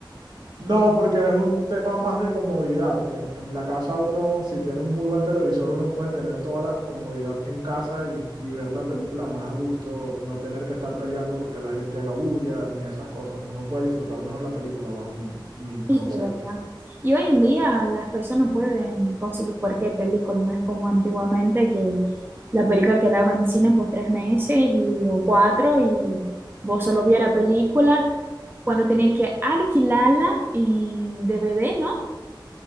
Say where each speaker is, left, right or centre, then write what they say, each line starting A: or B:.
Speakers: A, on the right; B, on the right.
A: No, porque es un tema más de comodidad. En, en la casa uno, si tiene un muy buen televisor, uno puede tener toda la comodidad en casa y, y ver la película más a gusto, no tener que estar peleando porque la gente haga bulla ni esas cosas. Uno puede disfrutar mejor la película bajo mi, mi concepto.
B: Es que es verdad. Y hoy en día las personas pueden conseguir cualquier película, no es como antiguamente que la película quedaba en cine por tres meses y, o cuatro y vos solo vías la película cuando tenías que alquilarla en DVD, ¿no?